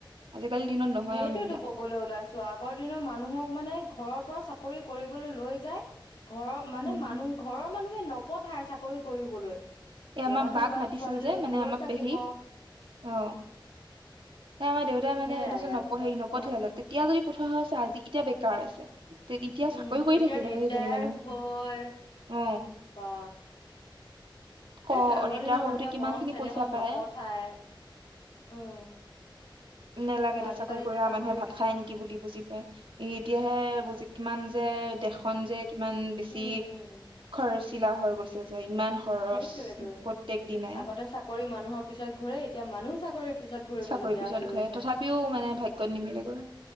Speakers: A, on the right; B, on the left.
A: আজিকালি দিনত নহয়
B: সেইটোৱেটো
A: আৰু সেইবিলাক
B: কবলৈ ওলাইছো আগৰ দিনৰ মানুহক মানে ঘৰৰ পৰা চাকৰি কৰি কবলৈ লৈ যায় ঘৰৰ মানে
A: উম
B: মানুহ ঘৰৰ মানুহে নপঠায় চাকৰি কৰিবলৈ।
A: এই আমাৰ
B: ল'ৰাটো
A: বাক
B: বা
A: মাতিছিলো
B: ছোৱালীজনী
A: যে মানে
B: দূৰত
A: আমাৰ
B: থাকিব
A: পেহীক,
B: অ
A: অ। সেই আমাৰ দেউতাৰ মানে
B: সেইয়াই
A: তাপাছত
B: আজিকালি
A: হেৰি নপঠিয়ালে।
B: অ
A: তেতিয়া যদি পঠোৱা হৈছে আজি এতিয়া বেকাৰ আছে। তে এতিয়া
B: উম,
A: চাকৰি কৰি
B: এতিয়া
A: থাকিলে
B: ৰিটায়াৰ
A: হয় সেইজনী মানুহ
B: হল <unintelligible> হয়
A: অ
B: বা।
A: ক
B: সেইটোৱে আগৰ
A: ৰিটায়াৰ
B: দিনৰ
A: হওঁতে
B: মানুহে
A: কিমান
B: মৰম
A: খিনি
B: চেনেহত
A: পইচা পায়
B: নপঠায়। উম।
A: নেলাগে
B: সেইটোৱে
A: দে
B: আজিকালি
A: চাকৰি কৰি
B: এতিয়া চাকৰিৰ
A: মানুহে ভাত
B: পিছত
A: খায় নেকি বুলি বুজি পায়, এতিয়াহে বুজি কিমান যে দেখন যে কিমান বেছি
B: উম
A: খৰচিলা হৈ গৈছে যে ইমান খৰচ
B: সেইটোৱেতো
A: প্ৰত্যেক দিনাই
B: আগতে চাকৰি মানুহৰ পিছত ঘূৰে এতিয়া মানুহ চাকৰিৰ পিছত ঘূৰিবলগীয়া
A: চাকৰি পিছত
B: হৈ
A: ঘূৰে,
B: গৈছে
A: তথাপিও মানে ভাগ্যত নিমিলেগৈ।